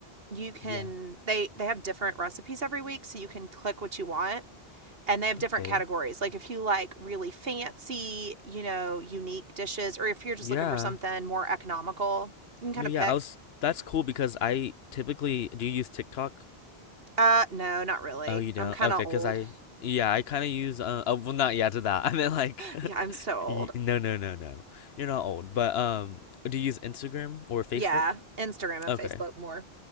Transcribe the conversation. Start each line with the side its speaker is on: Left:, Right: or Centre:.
Right: you can
Left: Yeah.
Right: they they have different recipes every week, so you can click what you want. And they have different
Left: Okay.
Right: categories. Like if you like really fancy, you know, unique dishes, or if you're just
Left: Yeah.
Right: looking for something more economical, you can kind
Left: No,
Right: of
Left: yeah.
Right: pick.
Left: I was. That's cool because I typically do you use TikTok?
Right: Uh, no, not really.
Left: Oh, you don't?
Right: I'm kind
Left: Okay,
Right: of
Left: Okay,
Right: old.
Left: cause I yeah, I kind of use uh oh, well not yeah to that. <laughs> I meant like
Right: Yeah, I'm
Left: <laughs>
Right: so old.
Left: y- no, no, no, no. You're not old. But um do you use Instagram or Facebook?
Right: Yeah, Instagram and
Left: Okay,
Right: Facebook more.